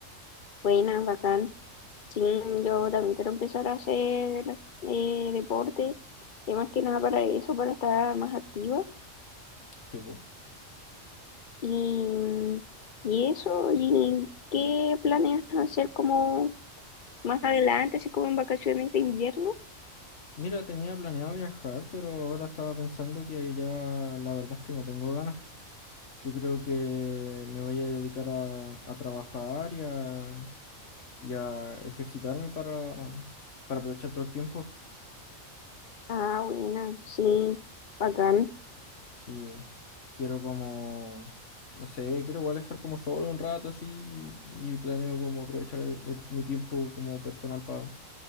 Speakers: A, on the left (about 45°); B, on the left (about 65°).
A: buena, bacán. Sí, yo también quiero empezar a hacer eh, deporte, eh, más que nada para eso, para estar más activa.
B: Sí, pues.
A: Y, y eso, ¿y qué planeas hacer como más adelante, así como en vacaciones de invierno?
B: Mira, tenía planeado viajar, pero ahora estaba pensando que ya la verdad es que no tengo ganas. Yo creo que me voy a dedicar a, a trabajar y a, y a ejercitarme para, para aprovechar todo el tiempo.
A: Ah, buena, sí, bacán,
B: Si quiero como, no sé, quiero igual estar como solo un rato así y planeo como aprovechar el- el- mi tiempo como personal pa-